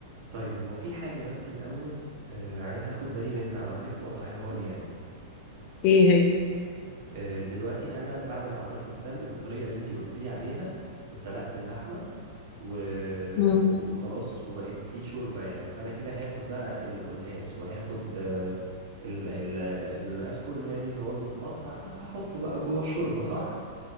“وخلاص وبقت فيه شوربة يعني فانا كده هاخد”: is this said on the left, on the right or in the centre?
Right